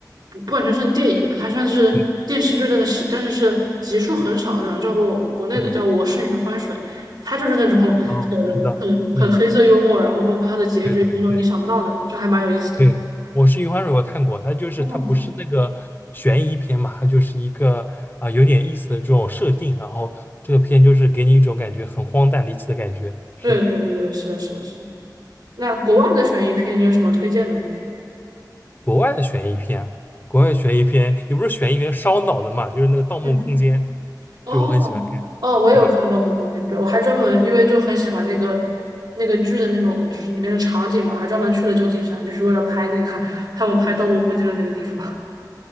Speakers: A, on the right; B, on the left.
A: 不不完全算电影吧，它算是电视剧，
B: 对，
A: 但是是但是是集数很少的那种，叫做国内的叫《我是余欢水》，
B: 嗯，
A: 它就是那种很
B: 哦，我知道，
A: 很很黑色幽默，
B: 嗯，
A: 然后包括它的结局也是那种你想不到的那种，
B: 对对对
A: 就还蛮有意思的。
B: 对，我是《余欢水》，我看过，它就是它不是那个悬疑片嘛，
A: 哦，
B: 它就是一个啊、有点意思的这种设定，然后这个片就是给你一种感觉很荒诞离奇的感觉。是的。
A: 对对对对，是的，是的，是的。那国外的悬疑片，你有什么推荐的吗？
B: 国外的悬疑片啊国外悬疑片也不是悬疑片，烧脑的嘛，就是那个《盗梦空间》，
A: 嗯。哦哦，
B: 就我很喜欢看，
A: 我有看《盗墓空间》，
B: 对吧？
A: 对，我还专门因为就很喜欢那个那个剧的那种，就是里面的场景嘛，还专门去了旧金山，就是为了拍那个他们拍《盗墓空间》的那个地方。<laughs>